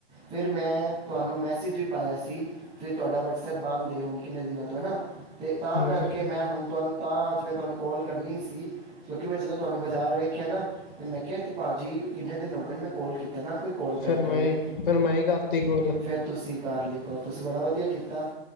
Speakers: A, on the right; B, on the left.
A: ਫੇਰ ਮੈਂ ਤੁਹਾਨੂੰ ਮੈਸੇਜ ਵੀ ਪਾਇਆ ਸੀ। ਕੀ ਤੁਹਾਡਾ ਵਟਸਐਪ ਬੰਦ ਦੇ ਹੁਣ ਕਿੰਨੇ ਦਿਨਾਂ ਤੋਂ ਹੈ ਨਾ, ਤੇ ਤਾਂ
B: ਹਾਂਜੀ
A: ਕਰਕੇ ਮੈਂ ਹੁਣ ਤੁਹਾਨੂੰ ਤਾਂ ਅੱਜ ਮੈਂ ਤੁਹਾਨੂੰ ਕੋਲ ਕਰਨੀ ਸੀ। ਕਿਉਂਕਿ ਮੈਂ ਜਦੋਂ ਤੁਹਾਨੂੰ ਬਾਜ਼ਾਰ ਵੇਖਿਆ ਨਾ, ਤੇ ਮੈਂ ਕਿਹਾ ਤੇ ਭਾਜੀ ਕਿੰਨੇ ਦਿਨ ਹੋ ਗਏ ਨਾ ਕੋਲ ਕੀਤਾ ਨਾ ਕੋਈ ਕਾਲ
B: ਫੇਰ
A: ਬੈਕ
B: ਮੈਂ
A: ਆਈ
B: ਫੇਰ ਮੈਂ ਈ ਕਰਤੀ ਕੋਲ।
A: ਫਿਰ ਤੁਸੀਂ ਕਰਲੀ ਕੋਲ ਤੁਸੀਂ ਬੜਾ ਵਧੀਆ ਕੀਤਾ।